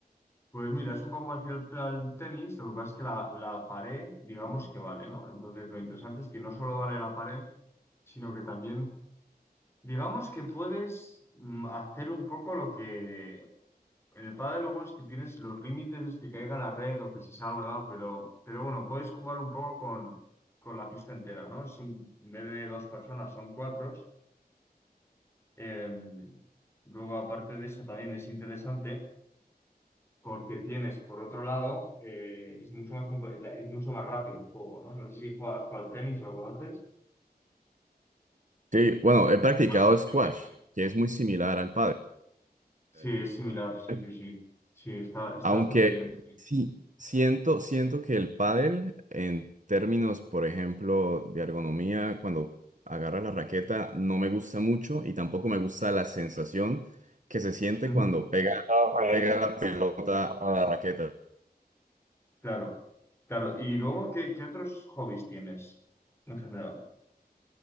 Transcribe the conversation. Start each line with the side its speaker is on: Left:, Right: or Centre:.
Left: Pues mira, es un poco parecido al al tenis, lo que pasa es que la, la pared, digamos que vale, ¿no? Entonces lo interesante es que no solo vale la pared, sino que también, digamos que puedes mm, hacer un poco lo que... En el pádel lo bueno es que tienes los límites, es que caiga la red o que se salga, pero, pero bueno, puedes jugar un poco con, con la pista entera, ¿no? Es un, en vez de dos personas, son cuatro. Em, luego, aparte de eso, también es interesante. Porque tienes, por otro lado, eh, es mucho más compe- la- es mucho más rápido el juego, ¿no? No sé si juegas, juegas al tenis o lo conoces.
Right: Sí, bueno, he practicado
Left: Bueno, es
Right: squash,
Left: complicado.
Right: que es muy similar al pádel.
Left: Sí,
Right: Es muy
Left: es
Right: similar
Left: similar,
Right: al
Left: sí,
Right: pádel.
Left: sí, sí. Sí, está, está
Right: Aunque
Left: bastante bien, sí.
Right: sí, siento, siento que el pádel, en términos, por ejemplo, de ergonomía, cuando agarra la raqueta, no me gusta mucho y tampoco me gusta la sensación que se siente
Left: Ujú,
Right: cuando pega, pega la pelota a la raqueta.
Left: Claro, claro. Y luego, ¿qué, qué otros hobbies tienes en general?